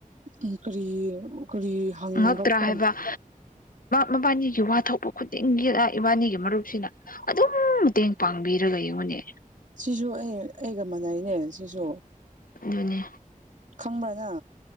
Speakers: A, on the right (about 60°); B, on the left (about 85°).
A: ꯎ ꯀꯔꯤ ꯀꯔꯤ ꯍꯪꯔꯛꯄ
B: ꯉꯛꯇ꯭ꯔꯥ ꯍꯥꯏꯕ ꯃꯕꯥꯅꯤꯒꯤ ꯋꯥ ꯊꯣꯛꯄ ꯈꯨꯗꯤꯡꯒꯤꯗ ꯏꯕꯥꯅꯤꯒꯤ ꯃꯔꯨꯞꯁꯤꯅ ꯑꯗꯨꯝ ꯃꯇꯦꯡ ꯄꯥꯡꯕꯤꯔꯒ ꯌꯦꯡꯉꯨꯅꯤ
A: ꯁꯤꯁꯨ ꯑꯩ ꯑꯩꯒ ꯃꯥꯟꯅꯩꯅꯦ ꯁꯤꯁꯨ
B: ꯑꯗꯨꯅꯦ
A: ꯈꯪꯕ꯭ꯔꯅ